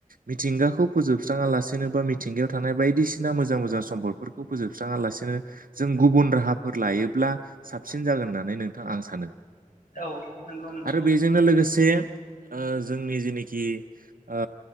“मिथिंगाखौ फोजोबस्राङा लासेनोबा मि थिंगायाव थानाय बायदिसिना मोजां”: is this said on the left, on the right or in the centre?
Right